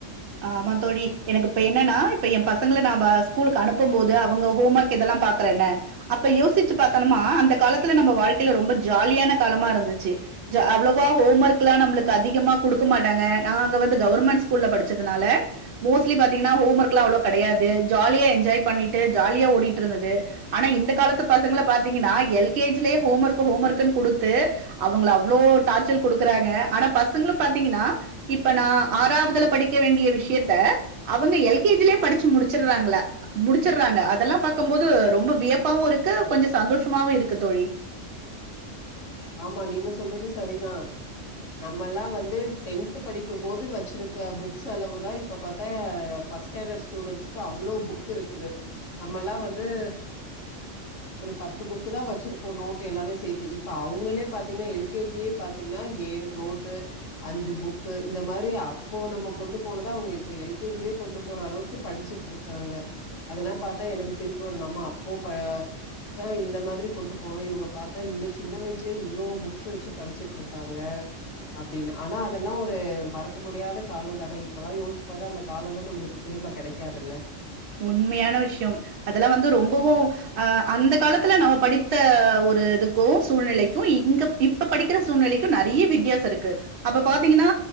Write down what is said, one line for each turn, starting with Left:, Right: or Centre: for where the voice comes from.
Right: ஆமா தோழி எனக்கு இப்ப என்னன்னா இப்ப ஏ பசங்கள நா ஸ்கூலுக்கு அனுப்பும் போது அவங்க ஹோம் ஒர்க் இதெல்லா பாக்குற என்ன அப்ப யோசிச்சு பாத்தம்மா அந்த காலத்துல நம்ம வாழ்க்கையில ரொம்ப ஜாலியான காலமா இருந்துச்சு ஞ்ச அவ்வளவா ஹோம் ஒர்க்ல்லா நம்மளுக்கு அதிகமா குடுக்க மாட்டாங்க நாங்க வந்து கவர்மெண்ட் ஸ்கூல்ல படி ச்சதனால மோஸ்ட்லி பாத்தீங்கன்னா ஹோம் ஒர்க்ல்லா அவ்ள கெடையாது ஜாலியா என்ஜாய் பண்ணிட்டு ஜாலியா ஓடிட்டு இருந்தது ஆனா இந்த காலத்து பசங்கள பாத்தீங்கன்னா எல் கே ஜி லயே ஹோம் ஒர்க் ஹோம் ஒர்க்ன்னு குடுத்து அவங்கள அவ்வளோ டார்ச்சல் குடுக்குறாங்க ஆனா பசங்களும் பாத்தீங்கன்னா இப்ப நா ஆறாவதுல படிக் டிக்க வேண்டிய விஷயத்த அவங்க எல் கேஜிலயே படிச்சு முடிச்சுறாங்ளா முடிச்சறாங்க அதெல்லா பாக்கு போது ரொம்ப வியப்பாவு இருக்கு கொஞ்சோ சந்தோஷமாவு இருக்கு தோழி
Left: ஆமா நீங்க சொல்றது சரிதா நம்மல்லா வந்து டென்த் படிக்கும்போது வச்சிருக்க புக்ஸ் அளவு தா இப்ப பாத்தா ஃபஸ் ஸ்டாண்டர்ட் ஸ்டூடண்டட்ஸ்க்கு அவ்ளோ புக் இருக்குது நம்மல்லா வந்து ஒரு பத்து புக்கு தா வச்சிருப்போ நோட் எல்லாமே சேத்தி இப்ப அவங்களே பாத்தீங்கன்னா எல் கே ஜி யே பாத்தீங்கன்னா ஏழு நோட்டு அஞ்சு புக்கு இந்த மாரி அப்போ நம்ம கொண்டு போனத அவங்க இப்ப எல் கே ஜி லயே கொண்டு போற அளவுக்கு படிச்சு ச்சுட்ருக்காங்க அதெல்லா பாத்தா எனக்கு சிரிப்பு வரும் நம்ம அப்போ ப தா இந்த மாதிரி கொண்டு போய் இவங்க பாத்தா இந்த சின்ன வயசுலயே இவ்ளோ புக்ஸ் வச்சு படிச்சிட்டு இருக்காங்க அப்டின்னு ஆனா அதெல்லா ஒரு மறக்க முடியாத காலோ தான இப்பல்லா யோசிச்சு பாத்தா அந்த காலோல்லா நம்மளுக்கு திரும்ப கெடைக்காதுல்ல
Right: உண்மையான விஷயம் அதெல்லா வந்து ரொம்பவும் ஆ அந்த காலத்துல நம்ம படித்த ஒரு இதுக்கும் சூழ்நிலைக்கும் இங்க இப் படிக்கிற சூழ்நிலைக்கு நெறைய வித்தியாசோருக்கு அப்ப பாத்தீங்ன்னா